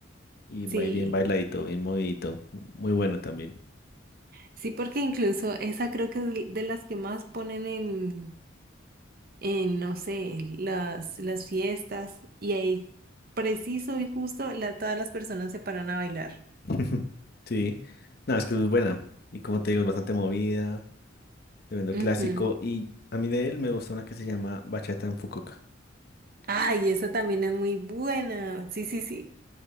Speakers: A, on the left; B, on the right.
A: y
B: Sí,
A: va bien bailadito, bien movidito, muy bueno también.
B: sí, porque incluso esa creo que es de las que más ponen en en, no sé, las, las fiestas y ahí preciso y justo la, todas las personas se paran a bailar.
A: <laughs> Sí, no, es que es muy buena y como te digo, es bastante movida, tremendo
B: Ujú.
A: clásico y a mí de él me gusta una que se llama Bachata en Fukuoka.
B: Ay, esa también es muy buena. Sí, sí, sí.